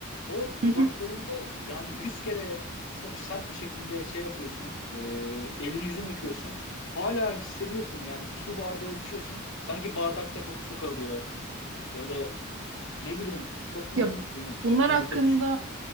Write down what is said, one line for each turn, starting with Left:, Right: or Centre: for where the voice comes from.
Left: O
Right: Hı
Left: dudaklarında
Right: hı.
Left: yani yüz kere çok sert bir şekilde şey yapıyorsun. E, elin yüzünü yıkıyorsun. Hala hissediyorsun yani su bardağı içiyorsun. Sanki bardakta kokusu kalıyor. Böyle ne bileyim çok mu
Right: Ya
Left: yum-
Right: bunlar
Left: yumurta
Right: hakkında
Left: düş.